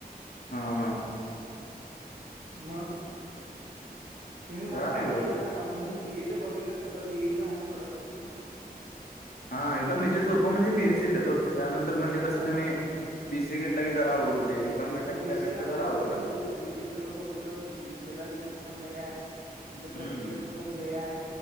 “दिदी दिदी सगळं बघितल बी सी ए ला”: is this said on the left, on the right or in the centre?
Right